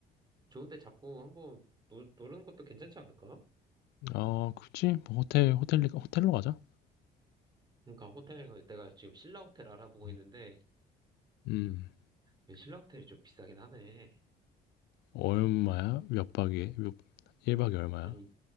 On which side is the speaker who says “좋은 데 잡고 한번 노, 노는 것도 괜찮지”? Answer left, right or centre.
Right